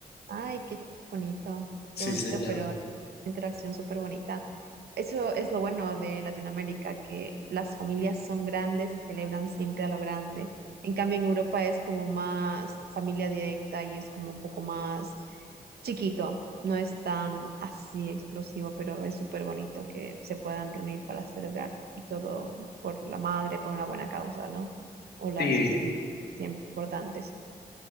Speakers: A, on the right; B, on the left.
A: Ay, qué bonito,
B: Sí,
A: qué bonito,
B: señor.
A: pero interacción súper bonita. Eso es lo bueno de Latinoamérica, que las familias son grandes y celebran siempre a lo grande. En cambio, en Europa es como más familia directa y es como un poco más chiquito. No es tan así explosivo, pero es súper bonito que se puedan reunir para celebrar y todo por la madre, por una buena causa, ¿no? O las
B: Sí.
A: festividades siempre importantes.